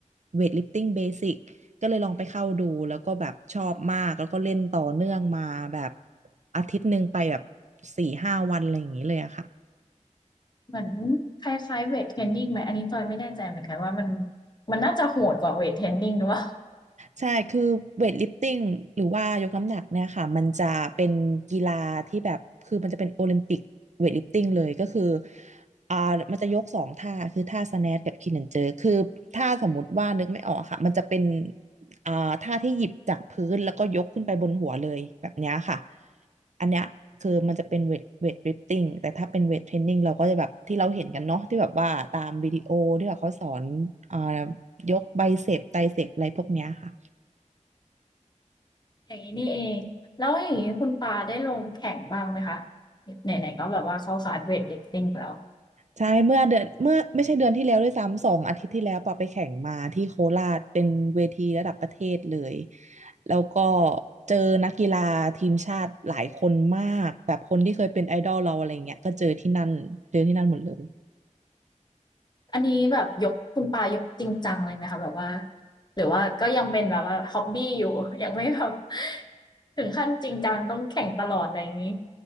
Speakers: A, on the right (about 65°); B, on the left (about 35°).
A: เวทลิฟติ้งเบสิกก็เลยลองไปเข้าดูแล้วก็แบบชอบมากแล้วก็เล่นต่อเนื่องมาแบบอาทิตย์หนึ่งไปแบบสี่ห้าวันอะไรอย่างนี้เลยอะค่ะ
B: เหมือนคล้ายๆเวทเทรนนิ่งไหมอันนี้จอยไม่แน่ใจเหมือนกันว่ามันมันน่าจะโหดกว่าเวทเทรนนิ่งหรือเปล่า
A: ใช่คือเวทลิฟติ้งหรือว่ายกน้ำหนักเนี่ยค่ะมันจะเป็นกีฬาที่แบบคือมันจะเป็นโอลิมปิกเวทลิฟติ้งเลยก็คืออ่ามันจะยกสองท่าคือท่าสแนทกับคีนแอนเจอร์คือท่าสมมติว่านึกไม่ออกอะค่ะมันจะเป็นอ่าท่าที่หยิบจากพื้นแล้วก็ยกขึ้นไปบนหัวเลยแบบเนี้ยค่ะอันเนี้ยคือมันจะเป็นเวทเวทลิฟติ้งแต่ถ้าเป็นเวทเทรนนิ่งเราก็จะแบบที่เราเห็นกันเนาะที่แบบว่าตามวิดีโอที่แบบเขาสอนอ่ายกไบเซปไตรเซปอะไรพวกเนี้ยค่ะ
B: อย่างนี้นี่เองแล้วอย่างนี้คุณปาได้ลงแข่งบ้างไหมคะไหนๆก็แบบว่าเข้าคลาสเวทลิฟติ้งไปแล้ว
A: ใช่เมื่อเดือนเมื่อไม่ใช่เดือนที่แล้วด้วยซ้ำสองอาทิตย์ที่แล้วปอไปแข่งมาที่โคราชเป็นเวทีระดับประเทศเลยแล้วก็เจอนักกีฬาทีมชาติหลายคนมากแบบคนที่เคยเป็นไอดอลเราอะไรเงี้ยก็เจอที่นั่นเจอที่นั่นหมดเลย
B: อันนี้แบบยกคุณปายกจริงจังเลยไหมคะแบบว่าหรือว่าก็ยังเป็นแบบว่าฮ็อบบี้อยู่ <laughs> ยังไม่แบบ <laughs> ถึงขั้นจริงจังต้องแข่งตลอดอะไรอย่างนี้